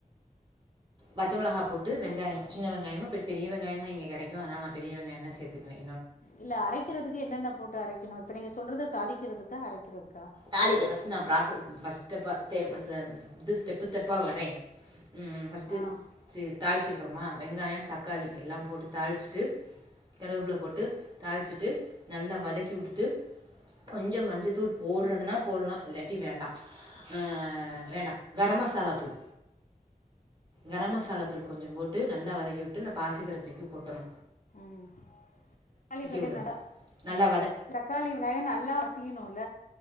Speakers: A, on the right; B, on the left.
A: பச்சமிளகா போட் வெங்காயம் சின்ன வெங்காயமும் பெரிய வெங்காயம் இங்க கெடைக்கு அதனால நா பெரியவெங்காயந்த சேத்துக்குவே
B: இல்ல அரக்கிறதுக்கு என்னென்ன போட்டு அரக்கணு இப்ப நீங்க சொல்றது தாளிக்கிறதுக்கா அரக்கறததுக்
A: தாலிக்க ஃபஸ்ட் நா ப்ராசஸ் ஃபஸ்ட்டுப்ப தேப்பச து ஸ்டெப்பு ஸ்டெப்பா வரே ம் ஃபஸ்டு
B: ஆ
A: து தாள்ச்சிக்றோமா வெங்காய தக்காளி எல்லா போட்டு தாள்ச்ட்டு கருவப்ல போட்டு தாள்ச்சிட்டு நல்லா வதக்கி வுட்டுட்டு கொஞ்சோ மஞ்சத்தூள்ப் போட்றதுனா போட்லா இல் இல்லாட்டி வேண்டா அ வேண்டா கர மசாலா தூள் கர மசாலாத்தூள் கொஞ்சோ போட்டு நல்லா வதக்கிவுட்டு இந்த பாசிப்பர தூக்கி கொட்டணு
B: உம் <unintelligible>
A: விடணும் நல்லா
B: உம் தக்காளி வெங்காயோ நல்லா மசியனுல